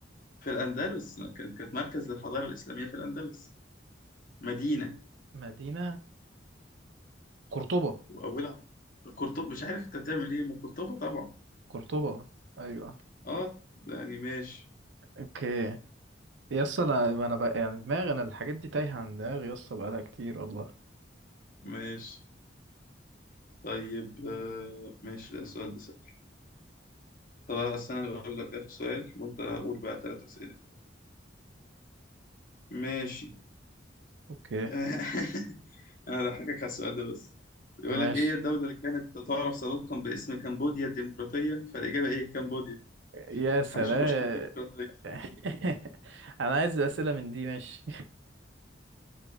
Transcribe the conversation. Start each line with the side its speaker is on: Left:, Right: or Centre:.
Left: في الأندلس كانت كانت مركز للحضارة الإسلامية في الأندلس مدينة
Right: مدينة قرطبة
Left: وأولها قرطبة مش عارف أنت بتعمل إيه ما قرطبة طبعا
Right: قرطبة أيوة
Left: أه يعني ماشي
Right: أوكي يس أنا أنا بقى يعني دماغي أنا الحاجات دي تايهة عن دماغي يس بقالها كتير والله
Left: ماشي طيب آه، ماشي ده السؤال ده سهل طب أصل أنا أقول لك آخر سؤال وأنت قول بقى ثلاث أسئلة ماشي
Right: أوكي
Left: <laughs> أنا هضحكك على السؤال ده بس بيقول
Right: ماشي
Left: لك إيه الدولة اللي كانت تعرف سابقا باسم كمبوديا الديمقراطية فالإجابة إيه كمبوديا
Right: يا سلام
Left: حش حشنا الديمقراطية
Right: <laughs> أنا عايز أسئلة من دي ماشي